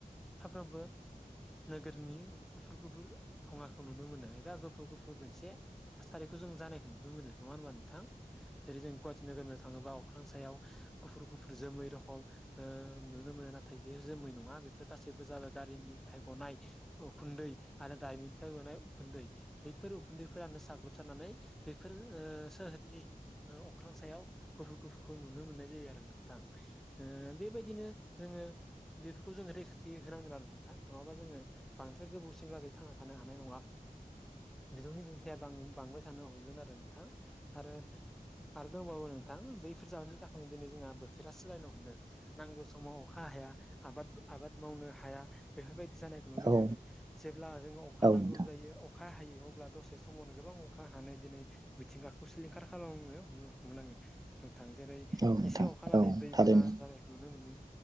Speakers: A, in the centre; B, on the right (about 25°).
A: सामफ्रोमबो नोगोरनि गुफुर गुफुर थुङाखौ नुनो मोनो एबा गुफुर गुफु र मोनसे थासारिखौ जों जानायखौ नुनो मोनो नङा होनबा नोंथां। जेरै जों गुवाहाटि नोगोरमायाव थाङोबा अख्रां सायाव गुफुर गुफुर जोमै रखम ओक्षनुनो मोनो नाथाय बे जोमै नङा बेफोर गासैबो जाबाय गारिनिफ्राय गनाय उखुन्दै आरो दारिमिननिफ्राय गनाय उखुन्दै बैफोर उखुन्दैफोरानो साग्लोबसारनानै बेफोर ओ सोहोरनि ओ अख्रां सायाव गुफुर गुफुरखौ नुनो मोननाय जायो आरो नोंथां। ओ बेबायदिनो जोङो बेफोरखौ जोङो रैखा थि होनांगोन आरो नोंथा नङाबा जोङो बांद्राय गोबावसिम लागै थांना थानो हानाय नङा। बिदुंनि दुुंथाया बां-बांबाय थानो हमगोन आरो नोंथां आरो आरो दंबावो नोंथां बैफोर जाहोननि था खाय दिनै जोंहा बोथोरा सोलायनो हमदों। नांगौ समाव अखा हाया आबाद आबाद मावनो हाया बेफोरबायदि जानाय नुनो
B: औ
A: मोनो जेब्ला जोंङो अखा
B: औ
A: नांगौ
B: नोंथां
A: जायो अखा हायो अब्ला दसे समावनो गोबां अखा हानानै दिनै मिथिंगाखौ सिलिंखार खालामो। हमलाङो नोंथां जेरै
B: औ नोंथां
A: एसे अखानानै
B: औ
A: दैबाना
B: थारैनो
A: जानाय नुनो मोनो